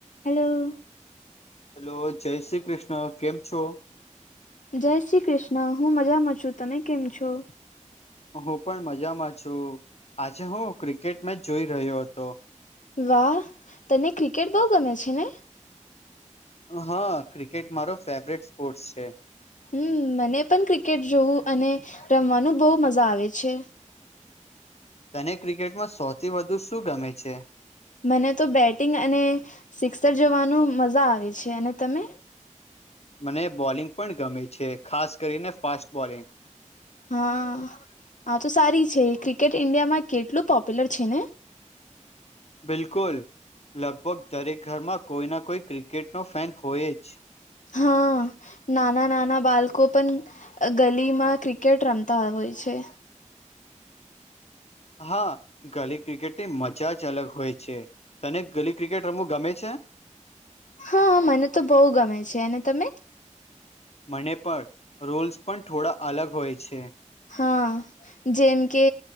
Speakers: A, on the left; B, on the left.
A: Hello
B: hello જય શ્રી ક્રિષ્ણ કેમ છો?
A: જય શ્રી ક્રિષ્ણ, હું મજામાં છું, તમે કેમ છો?
B: હું પણ મજામાં છું, આજે હું ક્રિકેટ મેચ જોઈ રહ્યો હતો.
A: વાહ! તને ક્રિકેટ બઉ ગમે છે ને?
B: હા, ક્રિકેટ મારો ફેવરેટ સ્પોર્ટ્સ છે.
A: હમ્મ, મને પન ક્રિકેટ જોવું અને રમવાનું બઉ મઝા આવે છે.
B: તને ક્રિકેટમાં સોથી વધુ શું ગમે છે?
A: મને તો બેટિંગ અને સિક્સર જોવાનું મઝા આવે છે અને તમે?
B: મને બોલિંગ પણ ગમે છે ખાસ કરીને ફાસ્ટ બોલિંગ.
A: હા આ તો સારી છે, ક્રિકેટ ઈન્ડિયામાં કેટલું પોપ્યુલર છે ને
B: બિલકુલ, લગભગ દરેક ઘરમાં કોઈ ના કોઈ ક્રિકેટનો ફેન હોય જ.
A: હાં નાના નાના બાલકો પણ ગલીમાં ક્રિકેટ રમતા હોય છે.
B: હા, ગલી ક્રિકેટની મજા જ અલગ હોય છે તને ગલી ક્રિકેટ રમવું ગમે છે?
A: હાં મને તો બઉ ગમે છે અને તમે?
B: મને પણ રોલ્સ પણ થોડા અલગ હોય છે.
A: હા જેમ કે